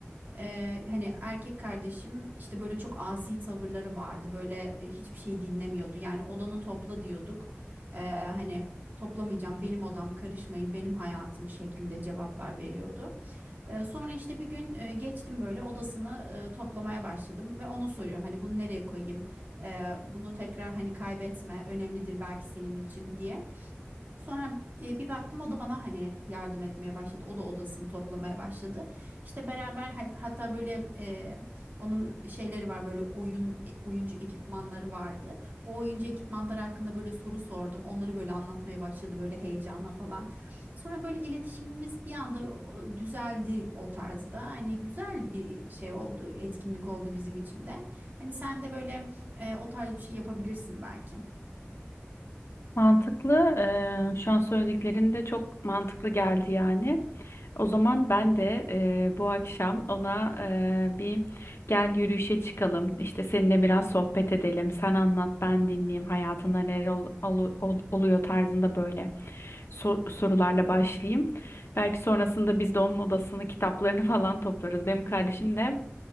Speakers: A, on the right (about 45°); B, on the left (about 70°).
A: E, hani erkek kardeşim işte böyle çok asi tavırları vardı böyle e, hiçbir şey dinlemiyordu yani odanı topla diyorduk. E, hani toplamayacağım benim odam karışmayın benim hayatım şeklinde cevaplar veriyordu. Ee, sonra işte bir gün e, geçtim böyle odasını e, toplamaya başladım ve ona soruyorum hani bunu nereye koyayım? Ee, bunu tekrar hani kaybetme önemlidir belki senin için diye. Sonra e, bir baktım o da bana hani yardım etmeye başladı. O da odasını toplamaya başladı. İşte beraber hat- hatta böyle e, onun şeyleri var böyle oyun e, oyuncu ekipmanları vardı. O oyuncu ekipmanları hakkında böyle soru sordum. Onları böyle anlatmaya başladı böyle heyecanla falan. Sonra böyle iletişimimiz bir anda o- düzeldi o tarzda. Hani güzel bir şey oldu, etkinlik oldu bizim için de. Hani sen de böyle e, o tarz bir şey yapabilirsin belki.
B: Mantıklı. Eee, şu an söylediklerin de çok mantıklı geldi yani. O zaman ben de eee, bu akşam ona eee, bir gel yürüyüşe çıkalım. İşte seninle biraz sohbet edelim. Sen anlat, ben dinleyeyim. Hayatında neler ol- ol- ol- oluyor tarzında böyle sor- sorularla başlayayım. Belki sonrasında biz de onun odasını, kitaplarını <laughs> falan toplarız. Benim kardeşim de